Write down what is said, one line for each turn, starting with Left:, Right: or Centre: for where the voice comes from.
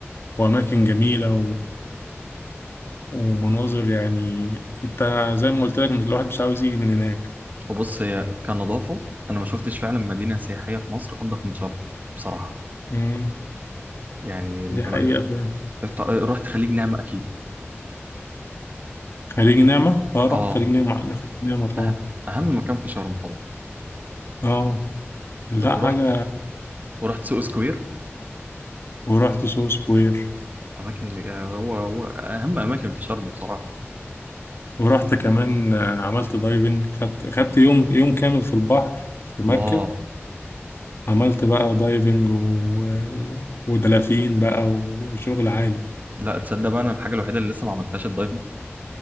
Left: واماكن جميله ومناظر يعني انت زي ما قلت لك مش الواحد مش عاوز يجي من هناك
Right: وبص هي كنظافة انا ما شفتش فعلا مدينة سياحية في مصر انضف من شرم بصراحة
Left: مم.
Right: يعني ال-
Left: دي حقيقة فعلا
Right: الط- رحت خليج نعمة اكيد
Left: خليج نعمة اه رحت
Right: اه
Left: خليج نعمة أنا خليج نعمة طبعا
Right: أه- اهم مكان في شرم طبعا
Left: اه لا
Right: ورحت
Left: حاجة
Right: ورحت سوق سكوير
Left: ورحت سو سكوير
Right: اماكن آه، هو هو اهم اماكن في شرم بصراحة
Left: ورحت كمان آه، عملت دايفنج خدت خدت يوم يوم كامل في البحر في مركب
Right: الله
Left: عملت بقى دايفنج و... و- ودلافين بقى وشغل عالي
Right: لا تصدق بقى انا الحاجه الوحيده اللي لسه ما عملتهاش الدايفنج